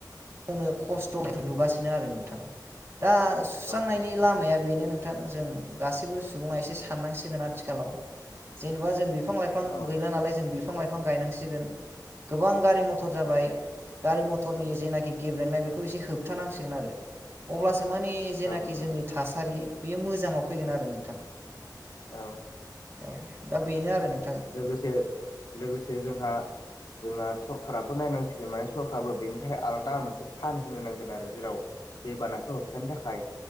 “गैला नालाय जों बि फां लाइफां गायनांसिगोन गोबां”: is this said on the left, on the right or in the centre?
Right